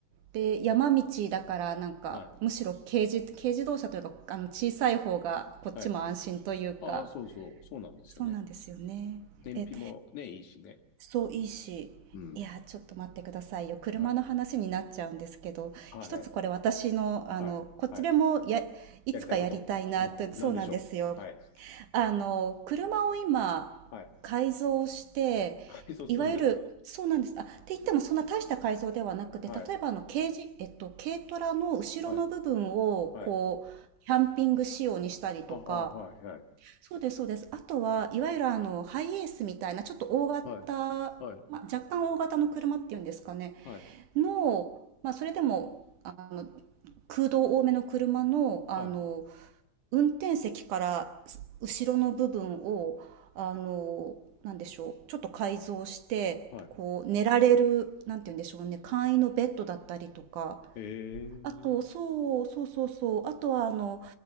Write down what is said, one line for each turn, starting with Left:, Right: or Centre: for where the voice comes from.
Right: で山道だからなんかむしろ軽自軽自動車というかあの小さい方がこっちも安心というか
Left: はい。はい。ああ、そうそう。そうなんですよね。
Right: そうなんですよねえ
Left: 燃費もね、いいしね。
Right: そういいしいやちょっと待ってくださいよ車の話になっちゃうんですけど一つこれ私のあのこっちでもやいつかやりたいなとそうなんですよ
Left: うん。はい。はい。はい。はい。やりたいことは何でしょう。はい。
Right: あの、車を今、
Left: はい。
Right: 改造して、
Left: 改装するんですか
Right: いわゆる、そうなんです。あ、って言ってもそんな大した改造ではなくて、
Left: はい、
Right: 例えばあの、軽自、えっと、軽トラの後ろの部分を、
Left: はい、はい。
Right: こう、キャンピング仕様にしたりとか、
Left: あ、あ、はい、はい、
Right: そうです、そうです。あとは、いわゆるあの、ハイエースみたいな、ちょっと大型、
Left: はい、はい、
Right: まあ、若干大型の車っていうんですかね、
Left: はい、
Right: の、まあ、それでも、あの、空洞多めの車の、あの、
Left: はい、
Right: 運転席から後ろの部分を、あの、なんでしょう、ちょっと改造して、
Left: は
Right: こう、寝られる、なんて言うんでしょうね、簡易のベッドだったりとか、
Left: い。えー、
Right: あと、そうそうそうそう、あとは、あの、